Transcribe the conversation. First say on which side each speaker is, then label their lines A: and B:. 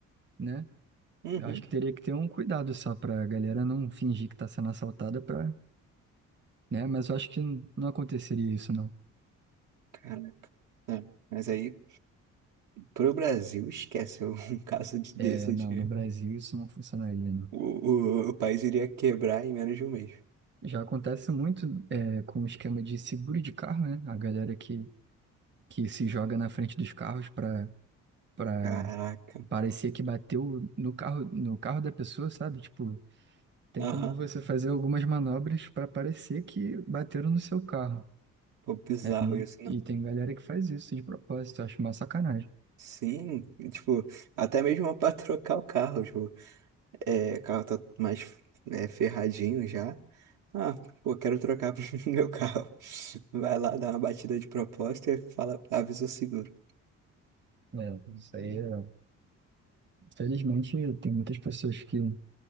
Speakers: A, on the right (about 35°); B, on the right (about 80°).
A: né?
B: Uhum,
A: Eu acho que teria que ter um cuidado só pra galera não fingir que tá sendo assaltada pra, né? Mas eu acho que não aconteceria isso, não.
B: caraca. É, mas aí, pro Brasil, esquece é um <laughs> caso de- desse
A: É, não,
B: de
A: no Brasil isso não funcionaria, não.
B: o, o, o país iria quebrar em menos de um mês.
A: Já acontece muito é, com o esquema de seguro de carro, né? A galera que, que se joga na frente dos carros para para
B: Caraca.
A: parecer que bateu no carro no carro da pessoa, sabe? Tipo, tem
B: Aham.
A: como você fazer algumas manobras para parecer que bateram no seu carro.
B: Pô, bizarro
A: É muito,
B: isso, né?
A: e tem galera que faz isso de propósito, eu acho uma sacanagem.
B: Sim, tipo, até mesmo <laughs> pra trocar o carro, tipo, é, o carro tá mais é, ferradinho já. Ah, pô, quero trocar <laughs> meu carro. Vai lá, dá uma batida de propósito e fala, avisa o seguro.
A: É,
B: Uhum.
A: isso aí é... Felizmente tem muitas pessoas que